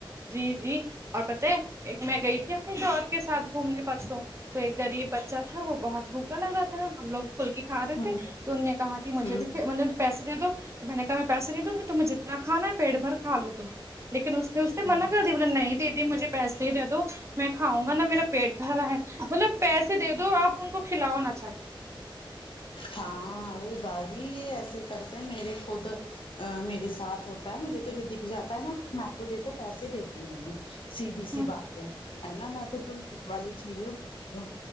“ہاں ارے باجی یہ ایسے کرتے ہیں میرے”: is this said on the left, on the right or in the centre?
Left